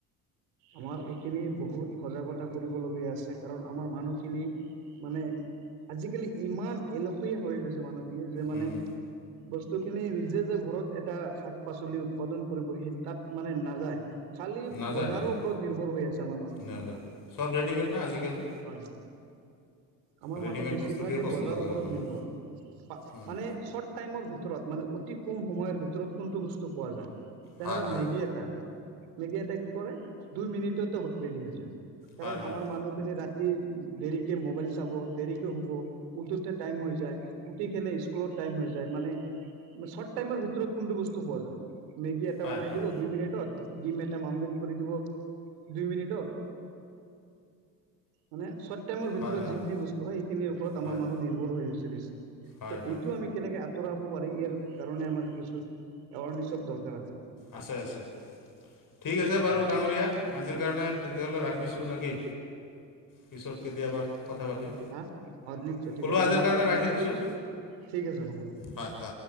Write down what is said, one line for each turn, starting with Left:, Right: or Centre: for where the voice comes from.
Right: আমাৰ এইখিনি বহুত সজাগতা কৰিবলগীয়া আছে কাৰণ আমাৰ মানুহখিনি মানে আজিকালি ইমান এলহীয়া হৈ গৈছে মানুহখিনি যে মানে
Left: উম,
Right: বস্তু খিনি নিজে যে ঘৰত এটা শাক পাচলি উৎপাদন কৰিব, সি তাত মানে নাযায়। খালি
Left: নাযায়
Right: বজাৰৰ
Left: নাযায়
Right: ওপৰত নিৰ্ভৰ হৈ আছে আমাৰ মানুহখিনি,
Left: নাযায় চব ৰেডিমেড না আজিকালি
Right: হয়। আমাৰ
Left: ৰেডিমেড
Right: মানুহ বেছিভাগেই
Left: বস্তুটোৱে পচন্দ
Right: বজাৰৰ
Left: কৰে
Right: ওপৰত
Left: মানুহ
Right: নিৰ্ভৰ,
Left: উম,
Right: মানে চব টাইমৰ ভিতৰত, মানে অতি কম সময়ৰ ভিতৰত কোনটো বস্তু পোৱা যায়। তেনেকে
Left: হয় হয়
Right: মেগী এটা, মেগী এটা কি কৰে, দুই মিনিটতে ৰেডি হৈ যায়। কাৰণ
Left: হয় হয়
Right: আমাৰ মানুহ খেনি ৰাতি দেৰিকে মোবাইল চাব, দেৰিকে শুব। উঠোতে টাইম হৈ যায়, উঠি কেনে স্কুলত টাইম হৈ যায়, মানে শৰ্ট টাইমৰ ভিতৰত কোনটো বস্তু পোৱা যায়, মেগী এটা
Left: পায়
Right: বনাই
Left: পায়
Right: দিব দুই মিনিটত। ডিম এটা মামলেট কৰি দিব, দুই মিনিটত। মানে চৰ্ট টাইমৰ ভিতৰত
Left: হয় হয়
Right: যিখিনি বস্তু হয়, সেইখিনিৰ ওপৰত আমাৰ
Left: হয়
Right: মানুহ নিভৰ্ৰ হৈ হৈছে বেছি।
Left: হয়
Right: ত'
Left: হয়
Right: এইটো আমি কেনেকে আঁতৰাব পাৰি, ইয়াৰ কাৰণে আমাৰ কিছু এৱাৰ্নেছৰ দৰকাৰ আছে।
Left: আছে, আছে, ঠিক আছে বাৰু
Right: হয়
Left: ডাঙৰীয়া, আজিৰ কাৰণে তেতিয়াহ'লে ৰাখিছোঁ, নেকি। পিছত কেতিয়াবা কথা পাতিম,
Right: হা অ নিশ্চয় ঠিক
Left: ক'লো
Right: আছে আপোনাৰ
Left: আজিৰ
Right: লগত
Left: কাৰণে
Right: কথা
Left: ৰাখি দিছোঁ।
Right: ঠিক আছে হ'ব।
Left: হয় হয়